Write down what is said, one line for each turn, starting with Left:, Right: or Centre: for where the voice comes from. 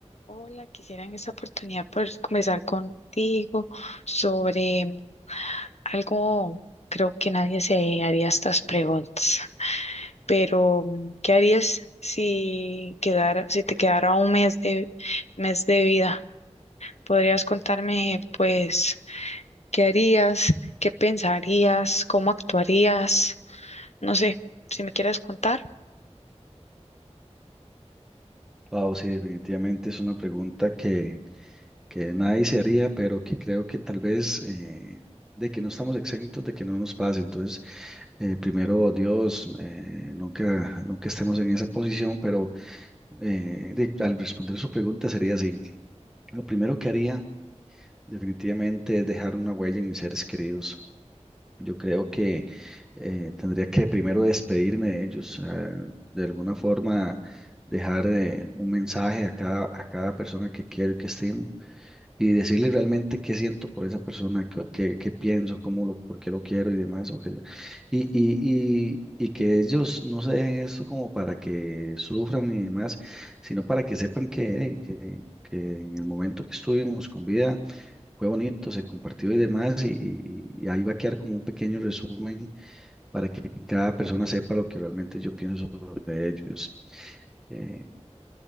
Left: Hola, quisiera en esta oportunidad poder conversar contigo sobre algo, creo que nadie se haría estas preguntas, pero mm, ¿qué harías si quedara, si te quedara un mes de, mes de vida? ¿Podrías contarme, pues, qué harías, qué pensarías, cómo actuarías? No sé, si me quieres contar.
Centre: Wow, sí, definitivamente es una pregunta que, que nadie se haría, pero que creo que tal vez eh, de que no estamos exentos de que no nos pase. Entonces, eh, primero Dios, eh, nunca, nunca estemos en esa posición, pero eh, de- al responder su pregunta sería así. Lo primero que haría definitivamente es dejar una huella en mis seres queridos. Yo creo que eh, tendría que primero despedirme de ellos, eh, de alguna forma dejar eh, un mensaje a cada, a cada persona que quiero y que estimo y decirle realmente qué siento por esa persona, qué, qué- qué pienso, cómo lo, por qué lo quiero y demás. o qué le- y, y, y, y que ellos no se dejen esto como para que sufran y demás, sino para que sepan que, eh, que, que en el momento que estuvimos con vida fue bonito, se compartió y demás, y, y- y ahí va a quedar como un pequeño resumen para que cada persona sepa lo que realmente yo pienso sobre ellos. Eh,